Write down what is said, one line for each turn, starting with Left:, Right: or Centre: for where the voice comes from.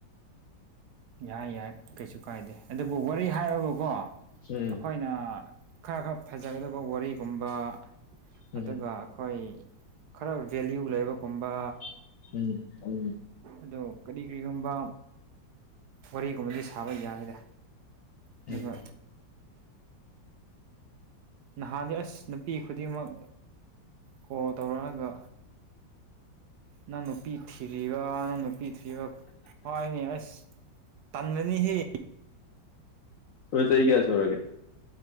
Right: ꯌꯥꯏ ꯌꯥꯏ ꯀꯩꯁꯨ ꯀꯥꯏꯗꯦ ꯑꯗꯨꯕꯨ ꯋꯥꯔꯤ ꯍꯥꯏꯔꯒꯀꯣ ꯑꯩꯈꯣꯏ
Left: ꯎꯝ
Right: ꯈꯔ ꯈꯔ ꯐꯖꯒꯗꯕ ꯋꯥꯔꯤꯒꯨꯝꯕ
Left: ꯎꯝ
Right: ꯑꯗꯨꯒ ꯑꯩꯈꯣꯏ ꯈꯔ ꯚꯦꯂꯌꯨ ꯂꯩꯕꯒꯨꯝꯕ
Left: <inaudible>
Right: ꯑꯗꯣ ꯀꯔꯤ ꯀꯔ꯭ꯤꯒꯨꯝꯕ ꯋꯥꯔꯤꯒꯨꯝꯕꯗꯤ ꯁꯥꯕ ꯌꯥꯏꯗꯦ ꯑꯗꯨꯒ
Left: ꯎꯝ
Right: ꯅꯍꯥꯟꯗꯤ ꯑꯁ ꯅꯨꯄꯤ ꯈꯨꯗꯤꯡꯃꯛ ꯀꯣꯜ ꯇꯧꯔꯛꯑꯒ ꯅꯪ ꯅꯨꯄꯤ ꯊꯤꯔꯤꯔ ꯅꯪ ꯅꯨꯄꯤ ꯊꯤꯔꯤꯔ ꯍꯥꯏꯅꯦ ꯑꯁ ꯇꯥꯟꯂꯅꯤꯍꯦ
Left: ꯆꯍꯤ ꯀꯌꯥ ꯁꯨꯔꯒꯦ